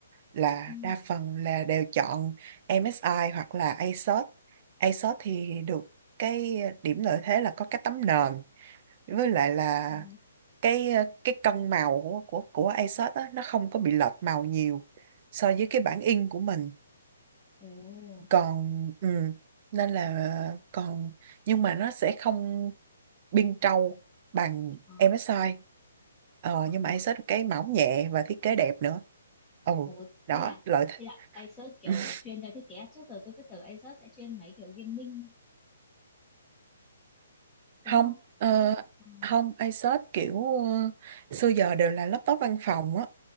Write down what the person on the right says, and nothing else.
là
đa phần là đều chọn MSI hoặc là ASOS ASOS thì được cái điểm lợi thế là có cái tấm nền với lại là
cái ờ, cái cân màu của của của ASUS á nó không có bị lệch màu nhiều so với cái bản in của mình
còn ừ, nên là còn nhưng mà nó sẽ không biên trâu bằng
MSI ờ,
nhưng mà ASUS cái mỏng nhẹ và thiết kế đẹp nữa ừ
đó
lợi thế
<laughs>
không
ờ,
không ASUS kiểu ờ, xưa giờ đều là laptop văn phòng á